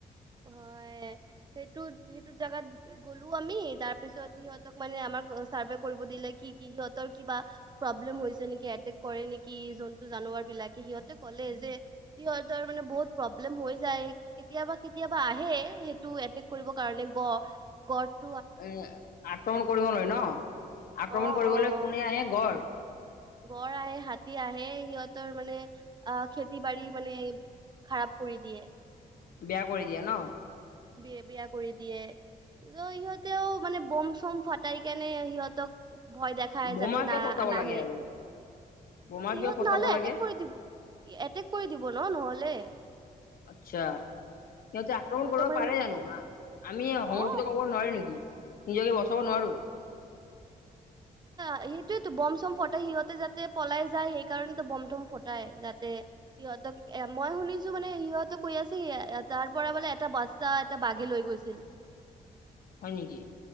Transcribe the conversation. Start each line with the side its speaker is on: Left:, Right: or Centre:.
Right: হয়। সেইটো সেইটো জোগাত গ'লো আমি। তাৰ পিছত সিহঁতক মানে আমাক চাৰ্ভে কৰিব দিলে কি, কি কি সিহতৰ কিবা প্ৰব্লেম হৈছে নেকি, এটেক কৰে নেকি, জন্তু জানুৱাৰ বিলাকে। সিহঁতে ক'লে যে, সিহতৰ মানে বহুত প্ৰব্লেম হৈ যায়। কেতিয়াবা কেতিয়াবা আহে সেইটো এটেক কৰিব কাৰণে। গড গ় <unintelligible>
Left: এ আক্ৰমণ কৰিবলৈ ন, আক্ৰমণ
Right: অ
Left: কৰিবলৈ
Right: অ অ
Left: কোনে আহে গড়?
Right: গড় আহে, হাতী আহে সিহঁতৰ মানে অ খেতি বাৰী মানে খাৰাপ কৰি দিয়ে।
Left: বেয়া কৰি দিয়া ন?
Right: বিয় বেয়া কৰি দিয়ে। ৰ সিহঁতেও মানে বম চম ফটাই কেনে সিহঁতক ভয় দেখাই,
Left: বোমা
Right: যাতে
Left: কিয়
Right: না
Left: ফটাব
Right: নাহে।
Left: লাগে আৰু বোমা
Right: ইহঁত
Left: কিয় ফটাব
Right: নহলে
Left: লাগে
Right: এটেক কৰি দিব। এটেক কৰি দিব ন নহলে।
Left: আচ্ছা। সিহঁতে আক্ৰমণ
Right: সিহঁতক
Left: কৰিব
Right: মানে
Left: পাৰে জানো। আমি সংৰক্ষিত
Right: অ
Left: কৰিব নোৱাৰি নেকি? নিজকে বচাব নোৱাৰো?
Right: সেইটোৱেটো বম চম ফটাই সিহঁতে যাতে পলাই যায়, সেই কাৰণেতো বম ধম ফটাই যাতে সিহঁত এ মই শুনিছো মানে, সিহঁতে কৈ আছে তাৰ পৰা মানে এটা বস্তা এটা বাঘে লৈ গৈছিল। উম <unintelligible>
Left: হয় নেকি?